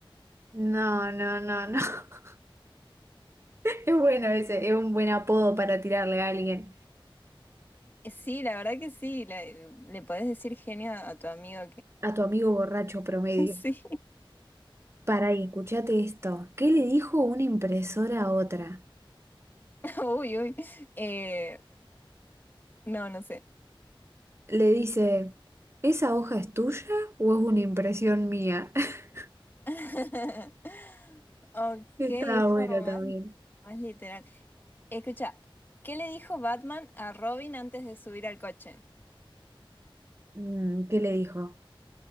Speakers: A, on the right; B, on the left.
A: No, no, no, no. <laughs> Es bueno ese, es un buen apodo para tirarle a alguien,
B: Eh, Sí, la verdad que sí, le, le podés decir genio a tu amigo
A: a tu amigo borracho promedio.
B: <laughs> Sí,
A: Para ahí, escuchate esto. ¿Qué le dijo una impresora a otra?
B: <laughs> uy, uy. Eh, no, no sé.
A: Le dice, ¿esa hoja es tuya o es una impresión mía? <laughs>
B: <laughs> Ok,
A: Está
B: es como
A: bueno
B: más,
A: también.
B: más literal. Escucha, ¿qué le dijo Batman a Robin antes de subir al coche?
A: Mm, ¿qué le dijo?